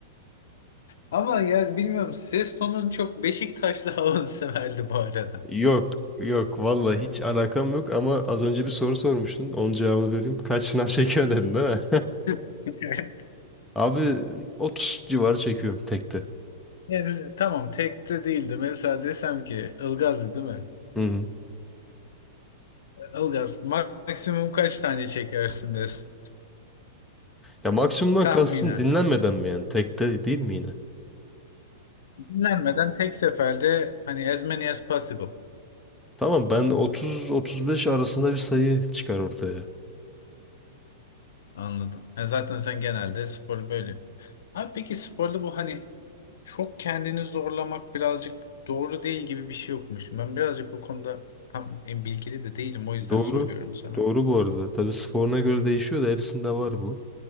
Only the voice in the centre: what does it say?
<laughs> Yok yok vallahi hiç alakam yok ama az önce bir soru sormuştun. Onun cevabını vereyim. Kaç sınav <laughs> çekiyor dedin değil mi?
<laughs> Abi 30 civarı çekiyorum tekte.
Hı hı.
Ya maksimumdan
kastın dinlenmeden mi yani? Tekte değil mi yine?
Tamam ben 30-35 arasında bir sayı çıkar ortaya.
Doğru.
Doğru bu arada. Tabii sporuna göre değişiyor da hepsinde var bu.